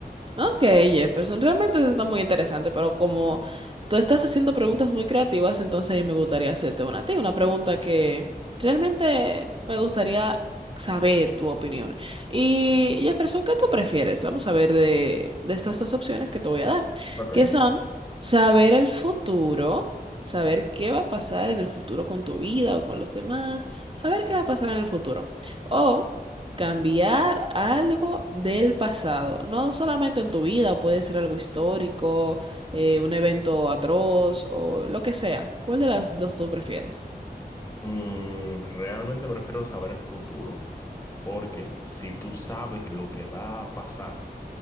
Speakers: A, on the right; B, on the left.
A: Ok, Jefferson, realmente eso está muy interesante, pero como tú estás haciendo preguntas muy creativas, entonces ahí me gustaría hacerte una a ti, una pregunta que realmente me gustaría saber tu opinión. Y Jefferson, ¿qué tú prefieres? Vamos a ver de, de estas dos opciones que te voy a dar,
B: Ok.
A: que son saber el futuro, saber qué va a pasar en el futuro con tu vida o con los demás, saber qué va a pasar en el futuro, o cambiar algo del pasado, no solamente en tu vida, puede ser algo histórico, eh, un evento atroz o lo que sea. ¿Cuál de las dos tú prefieres?
B: Mm, realmente prefiero saber el futuro, porque si tú sabes lo que va a pasar,